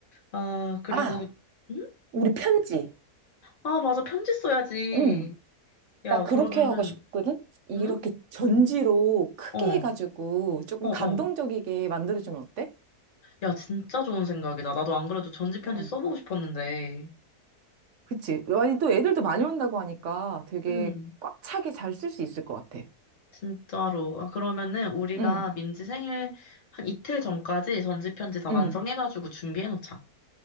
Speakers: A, on the left; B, on the right.
A: 아, 그리고,
B: 아,
A: 응?
B: 우리 편지.
A: 아, 맞아. 편지 써야지.
B: 응.
A: 야,
B: 나 그렇게
A: 그러면은,
B: 하고 싶거든? 이렇게
A: 응?
B: 전지로 크게
A: 어,
B: 해가지고 조금
A: 어, 어.
B: 감동적이게 만들어주면 어때?
A: 야, 진짜 좋은 생각이다. 나도 안 그래도 전지편지
B: 응.
A: 써보고 싶었는데.
B: 그치. 아니, 또 애들도 많이 온다고 하니까 되게
A: 음,
B: 꽉 차게 잘 쓸 수 있을 것 같아.
A: 진짜로. 아, 그러면은 우리가
B: 응,
A: 민지 생일 한 이틀 전까지 전지편지 다 완성해가지고
B: 응.
A: 준비해놓자.